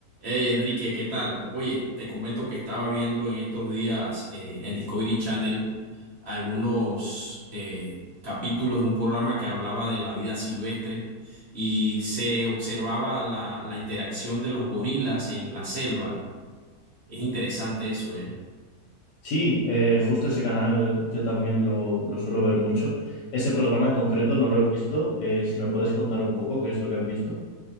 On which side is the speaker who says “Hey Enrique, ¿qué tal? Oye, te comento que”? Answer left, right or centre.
Right